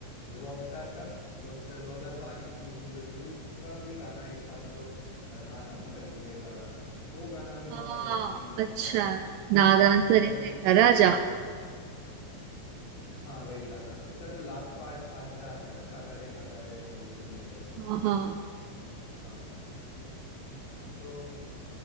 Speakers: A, on the left (about 65°); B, on the right (about 85°).
A: रॉकस्टार का रॉकस्टार 2012 की मूवी जो थी उसका भी गाना एक था जो अ, नादान परिंदे का गाना वो गाना भी बहुत
B: हाँ
A: अलग मीनिंग रखता
B: अच्छा
A: है
B: नादान
A: उसका
B: परिंदे
A: जो
B: घर आ जा
A: हाँ तो हाँ वही गाना उसका जो लास्ट पार्ट अंतरा आता है ना कागारे कागारे मोरे इतनी अरज
B: हाँ हाँ
A: हाँ तो